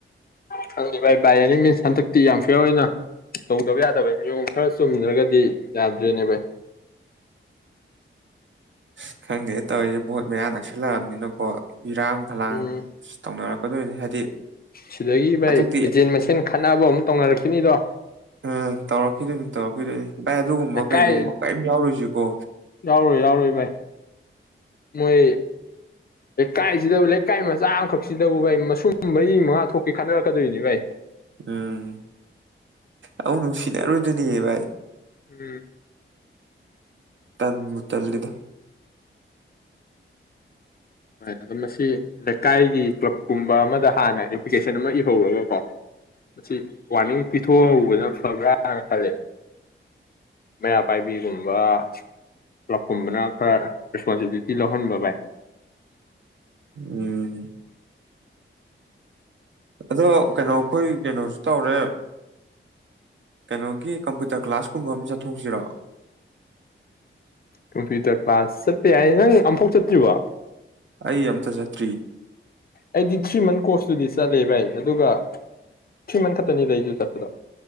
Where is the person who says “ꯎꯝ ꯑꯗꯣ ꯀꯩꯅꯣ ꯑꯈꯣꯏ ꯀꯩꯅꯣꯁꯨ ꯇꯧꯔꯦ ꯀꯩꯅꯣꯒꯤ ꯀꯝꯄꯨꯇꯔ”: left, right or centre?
Right